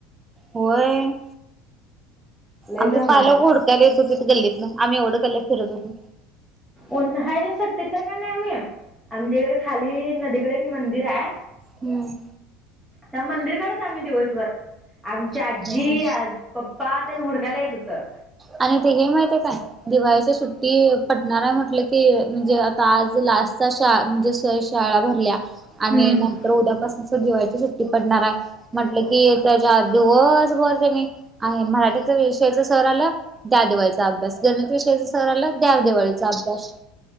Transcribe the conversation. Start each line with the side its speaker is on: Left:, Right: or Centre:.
Right: होय.
Centre: लय
Right: आमचं
Centre: धमाल.
Right: पालक हुडकायला येत होतीत गल्लीतन. आम्ही एवढं गल्लीत फिरत होतो.
Centre: उन्हाळ्याच्या सुट्टीत तर का नाही आम्ही. आमच्या इकड खाली नदीकड एक मंदिर हाय
Right: हम्म.
Centre: त्या मंदिरकडच आम्ही दिवसभर. आमची आजी
Right: हम्म
Centre: अ पप्पा तेन हुडकायला येत हुतं
Right: आणि ते हेे माहितीय काय? दिवाळीच्या सुट्टी पडणार आहे म्हटलं की म्हणजे आता आज लास्टचा शा म्हणजे स श शाळा भरल्या. आणि
Centre: हम्म
Right: नंतर उद्यापासून च दिवाळीची सुट्टी पडणार आहे म्हटलं कि त्याच्या दिवस <unintelligible> आहे मराठी विषयच सर आला त्या दिवाळीचा अभ्यास गणित विषयच सर आलं द्या दिवाळीचा अभ्यास.